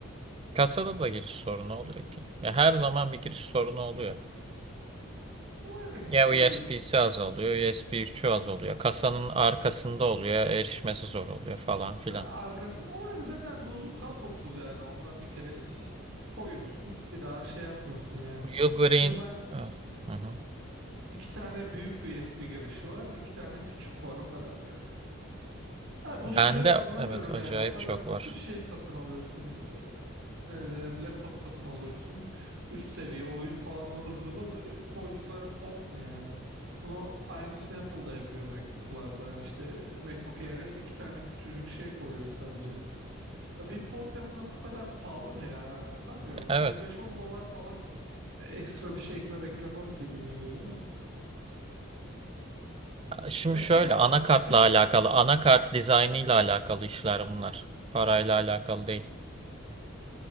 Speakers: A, on the right (about 25°); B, on the right (about 70°).
A: Kasada da giriş sorunu oluyor ki. Ya her zaman bir giriş sorunu oluyor.
B: ama yani
A: Ya USB'si
B: böyle
A: az oluyor, USB 3'ü az oluyor. Kasanın arkasında oluyor, erişmesi zor oluyor falan filan.
B: e, arkası ama yani zaten bu kablosuz yani onlar bir kere e, koyuyorsun bir daha şey yapmıyorsun yani
A: Ugreen,
B: şimdi ben
A: evet, hı hı.
B: iki tane büyük USB girişi var iki tane küçük var o kadar yani. Ha, bu
A: Bende
B: şeyleri de anlamıyorum
A: evet acayip
B: yani. O kadar
A: çok var.
B: şey satın alıyorsun. e, ne der, laptop satın alıyorsun. Üst seviye oyun falan ıvır zıvır. e, Koydukları port ne yani? Bunu aynısını Apple da yapıyor MacBook'larda. yani işte MacBook Air'e iki tane küçücük şey koyuyor sadece. Ya bir port yapmak bu kadar pahalı mı ya? Yani sanmıyorum.
A: Evet.
B: Bir beş on dolar falan e, ekstra bir şey ekler eklemez gibi mi geliyor ama.
A: Şimdi
B: Ya
A: şöyle
B: şey o
A: anakartla
B: bak şey
A: alakalı, anakart dizaynıyla alakalı işler bunlar. Parayla alakalı değil.